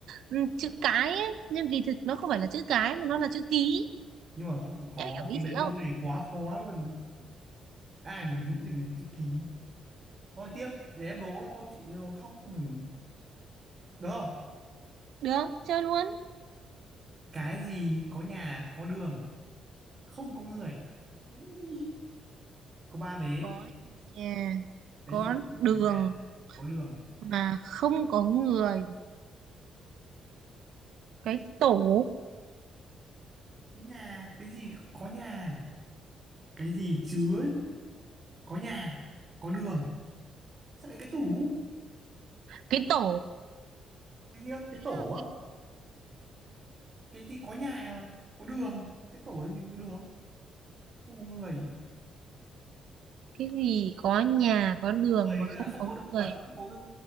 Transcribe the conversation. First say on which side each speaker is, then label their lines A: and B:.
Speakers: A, on the right; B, on the right.
A: ừ, chữ cái ấy. nhưng kỳ thực nó không phải là chữ cái mà nó là chữ ký
B: Nhưng mà kh- khó
A: em hiểu ý
B: cái đấy
A: chị
B: câu
A: không
B: này quá khó luôn. Ai mà nghĩ được đến chữ ký. Thôi tiếp để em đố câu chị nó khóc rồi. Được không?
A: được chơi luôn
B: Cái gì có nhà, có đường, không có người. Ui, có ba vế.
A: có nhà
B: Cái
A: có
B: gì có
A: đường
B: nhà, có đường.
A: mà không có người cái tổ
B: Cái nhà, cái gì không có nhà, cái gì chứa có nhà, có đường. Sao lại cái tủ?
A: cái tổ
B: cái gì á
A: ý
B: cái tổ
A: là cái
B: á cái gì có nhà mà có đường cái tổ làm gì có đường không có người
A: cái gì có nhà có
B: người
A: đường mà
B: nghĩa
A: không
B: là không
A: có
B: có động
A: người
B: vật không có cái-